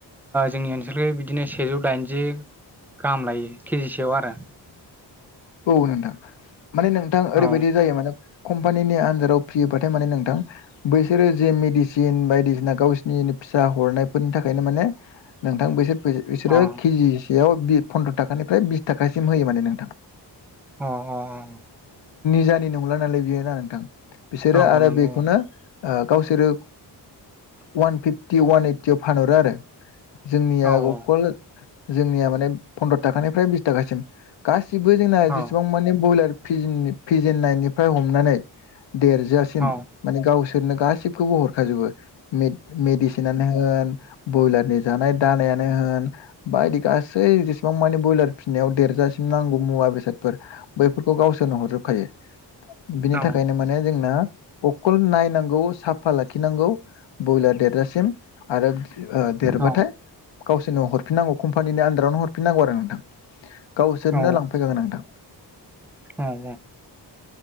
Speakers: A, in the centre; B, on the left (about 80°).
A: जोंनि ओनसोलख बिदिनो सेजौ दाइनजि गाहाम लायो केजिसेयाव आरो
B: औ नोंथां माने नोंथां ओरैबायदि
A: औ
B: जायो माने कम्पानिनि आनजादाव फियोबाथाय माने नोंथां बैसोरो जे मेडिसिन बायदिसिना गावसिनि फिसा हरनायफोरनि थाखायनो माने नोंथां बिसोर बिसोरो
A: अ
B: केजिसेयाव बि फन्द्र' थाखानिफ्राय बिस थाखासिम होयो माने नोंथां
A: अ अ अ
B: बिजानि नंला नालाय बियो ना नोंथां बिसोरो
A: औ
B: आरो
A: औ नंगौ
B: बेखौनो गावसोरो वान फिफ्टि वान ओइटियाव फानहरो आरो जोंनिया
A: औ औ
B: अकल जोंनिया माने फन्द्र थाखानिफ्राय बिस थाखासिम गासिबो जोंना
A: औ
B: जेसेबां माने बइलार फिजिन फिजिननायनि फ्राय हमनानै देरजआसिम
A: औ
B: माने गावसोरनो गासिबखौबो हरखाजोबो मेडिसिनानो होन ब्रयलारनि जानाय दानायानो होन बायदि गासि सै जेसेबां मानि ब्रयलार फिसिनायाव देरजासिम नांगौ मुवा बेसादफोर बैफोरखौ गावसोरनो हरजोबखायो। बिनि
A: औ
B: थाखायनो माने जोंना अखल नायनांगौ सा फा लाखिनांगौ ब्रयलार देरजासिम आरो देरबाथाय
A: औ
B: गावसोरनो हरफिनांग कम्पानिनि आ रावनो हरफिनांगौ आरो नोंथां गावसोरनो
A: औ
B: लांफैखागोन नोंथां
A: औ